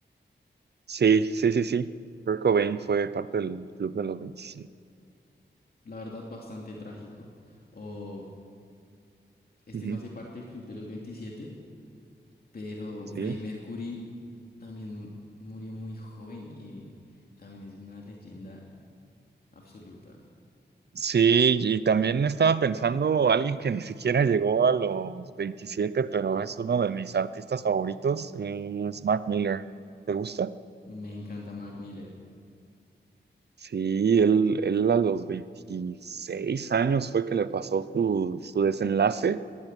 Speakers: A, on the right; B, on the left.
A: Sí, sí, sí, sí. Kurt Cobain fue parte del Club de los veintisiete
B: La verdad, bastante trágico. O este
A: Ujú.
B: no hace parte del Club de los veintisiete pero
A: Sí.
B: Freddie Mercury también murió muy joven y también es una leyenda absoluta.
A: Sí, y también estaba pensando alguien que ni siquiera llegó a los 27 pero es uno de mis artistas favoritos, es Mac Miller. ¿Te gusta?
B: Me encanta Mac Miller
A: Sí, él, él a los 26 años fue que le pasó su, su desenlace